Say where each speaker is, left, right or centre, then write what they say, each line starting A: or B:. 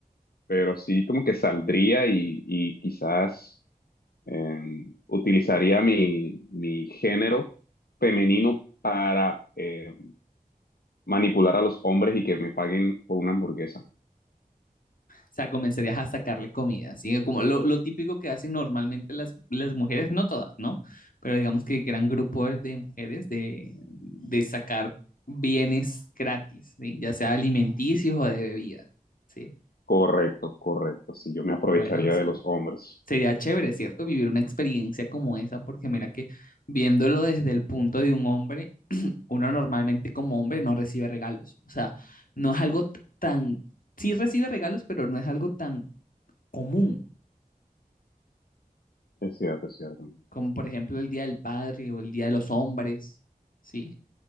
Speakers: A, on the left (about 85°); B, on the left (about 65°).
A: pero sí como que saldría y, y quizás eh, utilizaría mi, mi género femenino para eh, manipular a los hombres y que me paguen por una hamburguesa.
B: O sea, comenzarías a sacarle comida, ¿sí? Como lo, lo típico que hacen normalmente las, las mujeres, no todas, ¿no? Pero digamos que gran grupo de- de mujeres de, de sacar bienes gratis, ¿sí? Ya sea alimenticios o de bebida, ¿sí?
A: Correcto, correcto, sí, yo me aprovecharía
B: Bueno, sí.
A: de los hombres.
B: Sería chévere, ¿cierto? Vivir una experiencia como esa, porque mira que viéndolo desde el punto de un hombre, uno normalmente como hombre no recibe regalos. O sea, no es algo t- tan, sí recibe regalos, pero no es algo tan común.
A: Es cierto, es cierto.
B: como por ejemplo el Día del Padre o el Día de los Hombres, ¿sí?